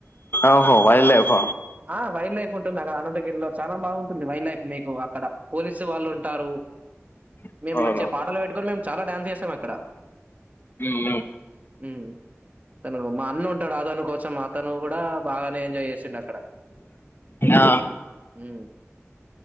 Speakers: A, on the left; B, on the right.
A: ఓహో వైల్డ్ లైఫ్
B: ఆ వైల్డ్ లైఫ్ ఉంటుంది అడ అనంత గిరిలో చాలా బాగుంటుంది వైల్డ్ లైఫ్ మీకు అక్కడ పోలీసు వాళ్ళు ఉంట హు
A: అవును
B: మేము మంచి పాటలు పెట్టుకొని మేము చాలా డ్యాన్స్ చేస్తాం అక్కడ
A: ఆ
B: హు తను మా అన్న కోసం అతను కూడా బాగానే ఎంజాయ్ చేసిండు అక్కడ
A: ఆ
B: హు